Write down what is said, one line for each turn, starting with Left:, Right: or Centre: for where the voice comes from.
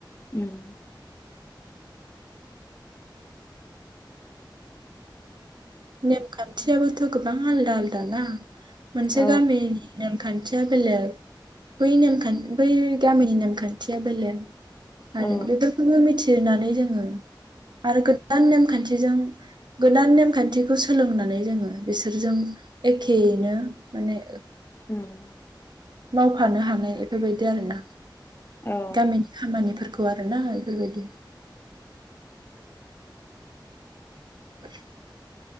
Left: ओम
Right: नेमखान थियाबोथ' गोबां आलदा आलदा ना मोनसे
Left: औ
Right: गामिनि नेम खान्थिया बेलेग बै नेमखान्थि बै गामिनि नेमखान्थिया बेलेग
Left: औ
Right: आरो बेफोरखौबो मि नानै जोङो आरो गोदान नेमखान्थिजों गोदान नेमखान्थि खौ सोलोंनानै जोङो बिसोरजों एखेयैनो माने
Left: उम
Right: मावफानो हानाय बेफोरबायदि आरोना।
Left: औ
Right: गामिनि खामानिफोरखौ आरोना बेफोरबायदि <inaudible>